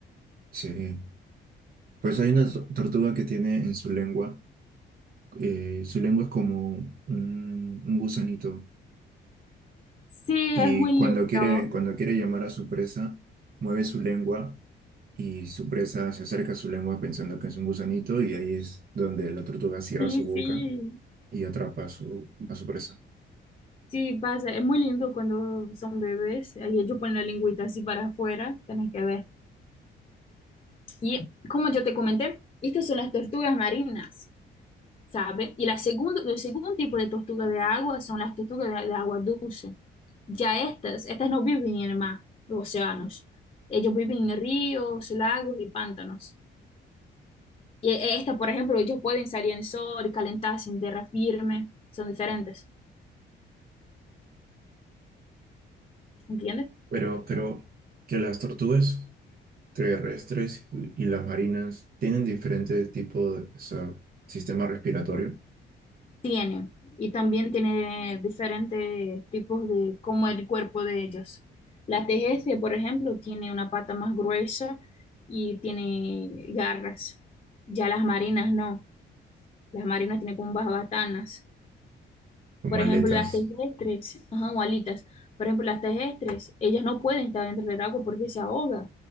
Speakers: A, on the right; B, on the left.
A: sí, pues hay una to- tortuga que tiene en su lengua, eh, su lengua es como un, un gusanito,
B: Sí,
A: y
B: es muy
A: cuando
B: lindo.
A: quiere, cuando quiere llamar a su presa, mueve su lengua y su presa se acerca a su lengua pensando que es un gusanito y ahí es donde la tortuga cierra
B: Sí,
A: su
B: sí,
A: boca y atrapa a su, a su presa.
B: sí, pasa. Es muy lindo cuando son bebés. Ahí ellos ponen la lingüita así para afuera, tenés que ver. Y como yo te comenté, estas son las tortugas marinas. ¿sabe? Y la segundo, el segundo tipo de tortuga de agua son las tortugas de, de agua dulce. Ya estas, estas no viven en el mar, los océanos. Ellos viven en ríos, lagos y pantanos. Y e- estas, por ejemplo, ellos pueden salir en el sol, calentarse en tierra firme, son diferentes, ¿entiendes?
A: Pero, pero que las tortugas terrestres y las marinas tienen diferente tipo de, o sea, sistema respiratorio,
B: Tienen, y también tiene diferentes tipos de cómo el cuerpo de ellos. La tejece, por ejemplo, tiene una pata más gruesa y tiene garras. Ya las marinas no. Las marinas tienen como unas batanas.
A: como
B: Por
A: aletas.
B: ejemplo, las terrestres, ajá, o alitas. Por ejemplo, las terrestres, ellas no pueden estar dentro del agua porque se ahoga.